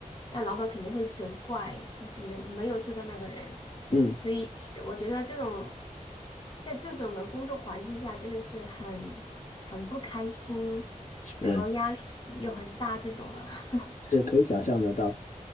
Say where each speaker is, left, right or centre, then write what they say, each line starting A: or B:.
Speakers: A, on the left; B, on the left.
A: 那老板肯定会责怪，就是没有做的那个人。
B: 嗯，
A: 所以是我觉得这种在这种的工作环境下，真的是很很不开心，
B: 嗯，
A: 然后压力又很大这种的。<laughs>
B: 是可以想象得到。